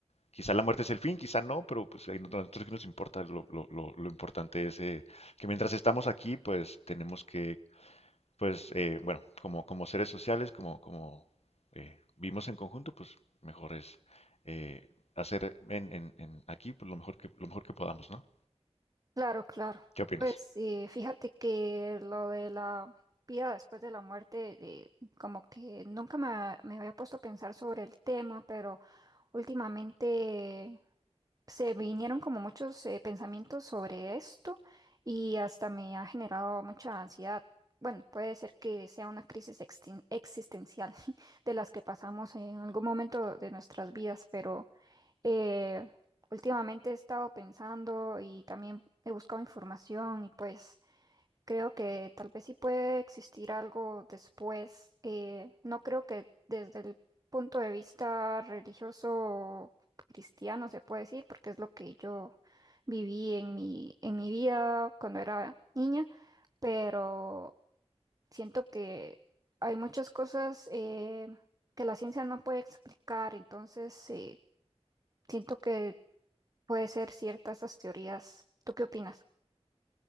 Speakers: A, on the left (about 65°); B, on the right (about 30°).
A: quizá la muerte es el fin, quizá no, pero pues a nosotros que nos importa, lo, lo, lo- lo importante es eh, que mientras estamos aquí, pues tenemos que, pues, eh, bueno, como, como seres sociales, como, como eh, vivimos en conjunto, pues mejor es eh, hacer en, en- en aquí pues, lo mejor que, lo mejor que podamos, ¿no?
B: Claro, claro.
A: ¿Qué opinas?
B: Pues eh, fíjate que lo de la vida después de la muerte, eh, como que nunca me, ha- me había puesto a pensar sobre el tema, pero últimamente se vinieron como muchos eh, pensamientos sobre esto y hasta me ha generado mucha ansiedad. Bueno, puede ser que sea una crisis extin- existencial <laughs> de las que pasamos en algún momento de nuestras vidas, pero... Eh, últimamente he estado pensando y también he buscado información y pues creo que tal vez sí puede existir algo después. Eh, no creo que desde el punto de vista religioso o cristiano se puede decir, porque es lo que yo viví en mi, en mi vida cuando era niña, pero siento que hay muchas cosas eh, que la ciencia no puede explicar, entonces... eh, Siento que Puede ser ciertas esas teorías. ¿Tú qué opinas?